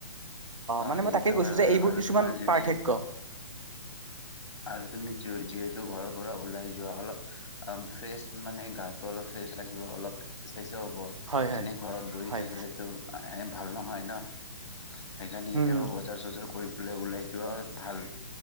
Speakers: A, on the left (about 65°); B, on the right (about 85°).
A: অ
B: মানে
A: সেইটোতো
B: মই তাকে কৈছো
A: হয় বাৰু
B: যে এইবোৰ
A: আৰু
B: কিছুমান
A: তোমাৰ যদি
B: পাৰ্থক্য
A: আৰু তুমি যিহেতু ঘৰৰ পৰা ওলাই যোৱা অলপ অ ফ্ৰেচ মানে গাটো অলপ ফ্ৰেছ লাগিব অলপ হ'ব
B: হয় হয়
A: এনে ঘৰত বহি
B: হয়
A: থাকিলেতো ভাল নহয় ন সেইকাৰণি
B: উম
A: কেতিয়াবা বজাৰ চজাৰ কৰি পেলাই ওলাই যোৱা ভাল